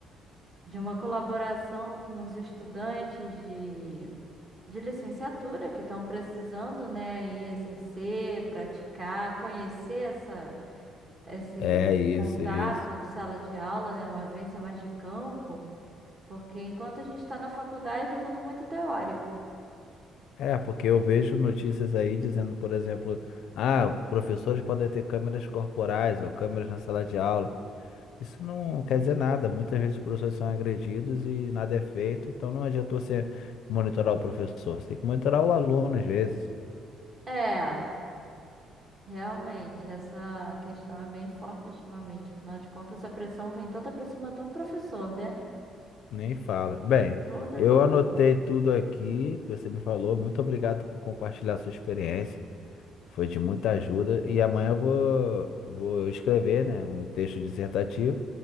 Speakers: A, on the right; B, on the left.
A: de uma colaboração com os estudantes de de licenciatura que estão precisando, né, aí exercer, praticar, conhecer essa, esse
B: É isso,
A: contato
B: isso.
A: de sala de aula, né, uma vivência mais de campo, porque enquanto a gente está na faculdade é tudo muito teórico.
B: É, porque eu vejo notícias aí dizendo, por exemplo, ah, professores podem ter câmeras corporais ou câmeras na sala de aula. Isso não quer dizer nada. Muitas vezes os professores são agredidos e nada é feito, então não adiantou você monitorar o professor. Você tem que monitorar o aluno às vezes.
A: É, realmente, essa questão é bem forte ultimamente. Afinal de contas, a pressão vem toda para cima do professor, né?
B: Nem fala. Bem,
A: Toda,
B: eu
A: toda,
B: anotei
A: toda.
B: tudo aqui que você me falou. Muito obrigado por compartilhar sua experiência. Foi de muita ajuda. E amanhã eu vou, vou escrever, né, um texto dissertativo